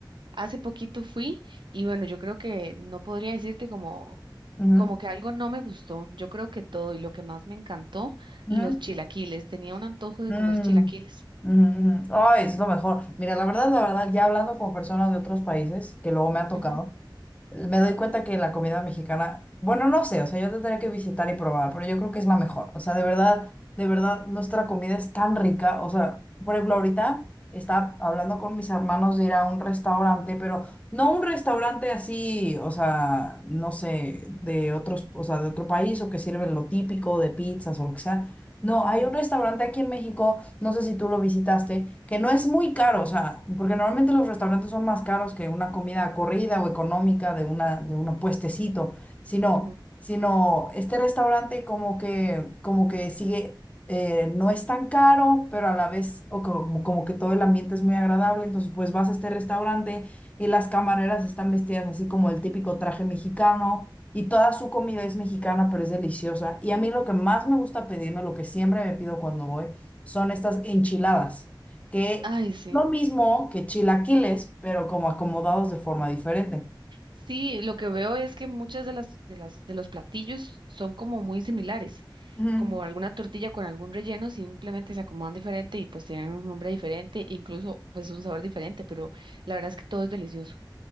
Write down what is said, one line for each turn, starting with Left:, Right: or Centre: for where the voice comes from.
Right: hace poquito fui y bueno, yo creo que no podría decirte como,
Left: Ujú,
Right: como que algo no me gustó. Yo creo que todo y lo que más me encantó,
Left: ujú,
Right: los chilaquiles. Tenía un antojo de
Left: mm,
Right: comer chilaquiles.
Left: ujú, ujú. Ay, es lo mejor. Mira, la verdad, la verdad, ya hablando con personas de otros países, que luego me ha tocado.
Right: Ujú,
Left: Me doy cuenta que la comida mexicana, bueno, no sé, o sea, yo tendría que visitar y probar, pero yo creo que es la mejor. O sea, de verdad, de verdad, nuestra comida es tan rica. O sea, por ejemplo, ahorita estaba hablando con mis hermanos de ir a un restaurante, pero no un restaurante así, o sea, no sé, de otros, o sea, de otro país o que sirven lo típico de pizzas o lo que sea. No,
Right: ujú,
Left: hay un restaurante aquí en México no sé si tú lo visitaste, que no es muy caro, o sea, porque normalmente los restaurantes son más caros que una comida corrida o económica de una, de un puestecito, sino,
Right: ujú.
Left: sino este restaurante como que, como que sigue, eh, no es tan caro, pero a la vez, o como, como que todo el ambiente es muy agradable, entonces pues vas a este restaurante y las camareras están vestidas así como el típico traje mexicano y toda su comida es mexicana, pero es deliciosa. Y a mí lo que más me gusta pedirme, lo que siempre me pido cuando voy, son estas enchiladas, que
Right: Ay, sí.
Left: lo mismo que chilaquiles, pero como acomodados de forma diferente.
Right: Sí, lo que veo es que muchas de las, de las, de los platillos son como muy similares,
Left: Ujú.
Right: como alguna tortilla con algún relleno, simplemente se acomodan diferente y pues tienen un nombre diferente, incluso pues un sabor diferente, pero la verdad es que todo es delicioso.